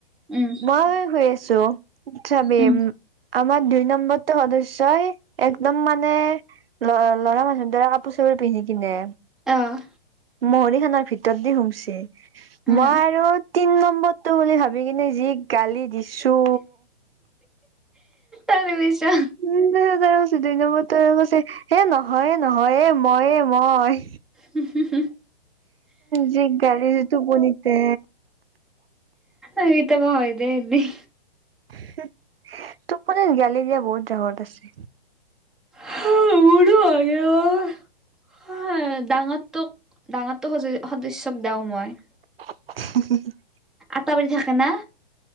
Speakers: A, in the centre; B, on the right.
A: উম
B: মই শুই আছো চাবি
A: উম
B: আমাৰ দুই নম্ব টো সদস্যই একদম মানে ল ল'ৰা মানুহৰ দৰে কাপোৰ চাপোৰ পিন্ধি কিনে
A: অ
B: মহৰি খনৰ ভিতৰত দি সোমছে
A: উম
B: মই আৰু তিন নম্বৰতো বুলি ভাবি কিনে যি গালি দিছো।
A: তাৰে মিছা
B: উ ত কৈছে দুই নম্বৰটোৱে কৈছে হে নহয়ে, নহয় ময়ে মই।
A: উম হুম হুম।
B: যি গালিছে টোপনিতে
A: এই কেতিয়াবা হৈ যায় এনেই।
B: হে টোপনিত গালি দিয়া বহুত ৰেকত আছে।
A: হা মোৰো হৈছে ঐ হৈ ডাঙৰটোক ডাঙৰতো সদ সদস্যক দাও মই।
B: <unintelligible>
A: আটা পাৰি থাকে না।